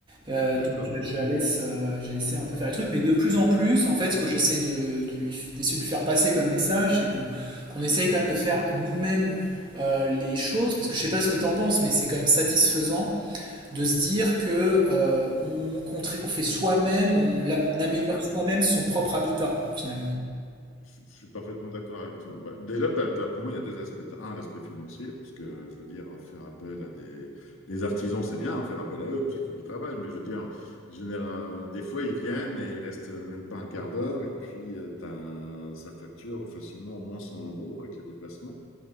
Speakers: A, on the right; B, on the left.
A: euh, donc
B: D'accord?
A: euh, je la laisse, euh, j'ai laissé un peu faire les trucs, mais de plus en plus, en fait, ce que j'essaye de, de lui, d'essayer de lui faire passer comme message, c'est qu'on qu'on essaye quand même de faire nous-mêmes euh, les choses, parce que je sais pas ce que t'en penses, mais c'est quand même satisfaisant de se dire que euh, on, contrib- on fait soi-même, on, la- on améliore
B: Exactement.
A: soi-même son propre habitat finalement.
B: Je je suis parfaitement d'accord avec toi. Bah, déjà, t'as- t'as- pour moi, il y a deux aspects. T'as Un, l'aspect financier, parce que je veux dire, faire appel à des, des artisans, c'est bien, faire appel à eux, parce qu'il faut qu'ils travaillent. Mais je veux dire, général, des fois, ils viennent et ils restent même pas un quart d'heure, et puis euh, t'as, ça facture facilement au moins 100 euros avec les déplacements.